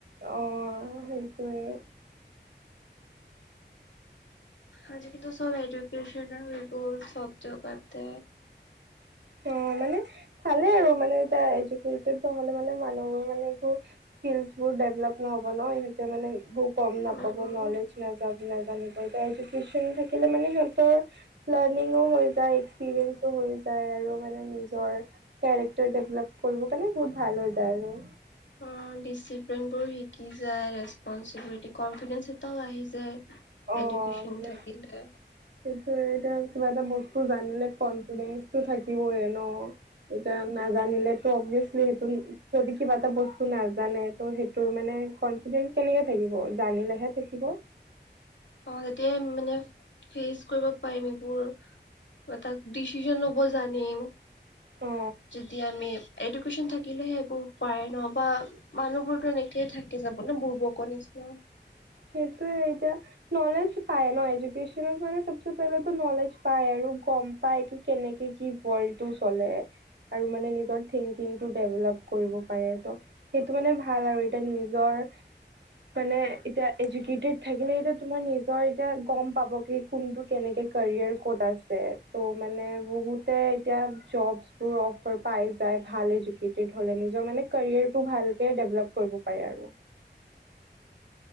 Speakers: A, on the right; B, on the left.
A: অঁ সেইটোৱে।
B: আজি কিন্ত চব এডুকেচনে হৈ গ'ল চব জেগাতে।
A: অঁ মানে ভালেই আৰু মানে এতিয়া এডুকেটেড নহলে মানে মানুহৰ মানে একো স্কিলছ বোৰ ডেভেলপ নহ'ব ন, ইহঁতে মানে এইবোৰ কম নাপাব
B: উম,
A: নলেজ নাযাব নাজানিব। এতিয়া এডুকেচন থাকিলে মানে সিহঁতৰ লাৰ্নিংও হৈ যায়, এক্সপিৰিয়েঞ্চও হৈ যায় আৰু। মানে নিজৰ কেৰেক্টাৰ ডেভলপ কৰিব কাৰণে বহুত ভাল হৈ যায় আৰু।
B: অ ডিচিপ্লিন বোৰ শিকি যায়, ৰেছপন্সিবিলিটি, কন্ফিডেন্স এটাও আহি যায়,।
A: অ
B: এডুকেচন
A: মতলব
B: থাকিলে।
A: কিন্তু এতিয়া কিবা এটা বস্তু জানিলে কনফিডেন্ঞ্চটো থাকিবইে ন? এতিয়া নাজানিলে তো অভিয়াচলি সেইটো যদি কিবা এটা বস্তু নাজানে ত' সেই তোৰ মানে কনফিডেন্ট কেনেকে থাকিব জানিলেহে থাকিব।
B: অ যেতিয়াই মানে ফেচ কৰিব পাৰিম এইবোৰ বা তাক ডিচিশন ল'ব জানিম
A: অ
B: যদি আমি এডুকেচন থা থাকিলেহ সেইবোৰ পাৰে ন বা মানুহবোৰতো এনেকয়ে থাকি যাব ন বোৰবকৰ নিচিনা।
A: সেইটোয়ে এতিয়া নলেজ পায় ন এডুকেচনত মানে চবচে পেহেলে ত' নলেজ পায় আৰু গম পায় কি কেনেকে কি ৱৰ্ল্ডটোত চলে। আৰু মানে নিজৰ থিংকিং টো ডেভেলপ কৰিব পাৰে ত', সেইটো মানে ভাল আৰু এতিয়া নিজৰ মানে এতিয়া এডুকেটেড থাকিলে এতিয়া তোমাৰ নিজৰ এতিয়া গম পাব কি কোনটো কেনেকে কেৰিয়াৰ ক'ত পাইছে। ত' মানে, বহুতে এতিয়া জববোৰ অফাৰ পাই যায় ভাল এজুকে ইস্পিত হ'লে নিজৰ মানে কেৰিয়াৰটো ভালকে ডেভলপ্‌ কৰিব পাৰে আৰু।